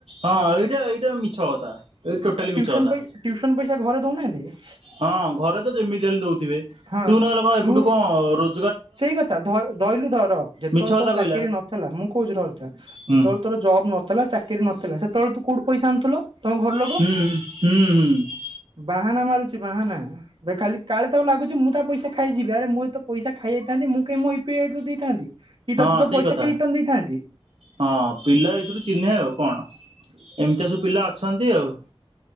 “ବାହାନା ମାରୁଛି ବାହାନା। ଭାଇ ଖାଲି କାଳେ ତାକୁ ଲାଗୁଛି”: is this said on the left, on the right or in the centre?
Right